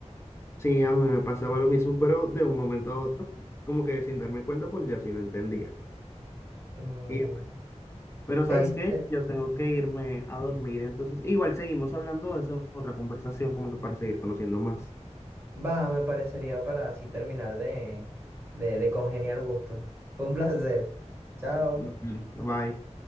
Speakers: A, on the left; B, on the right.
A: Sí, a mí me pasaba lo mismo, pero de un momento a otro, como que sin darme cuenta, pues ya sí lo entendía.
B: Oh.
A: Y Pero ¿sabes
B: Este,
A: qué? Yo tengo que irme a dormir, entonces igual seguimos hablando de eso en otra conversación, como que para seguir conociendo más.
B: va, me parecería para así terminar de, de, de congeniar gustos. Fue un placer. Chao.
A: Ujú. Bye.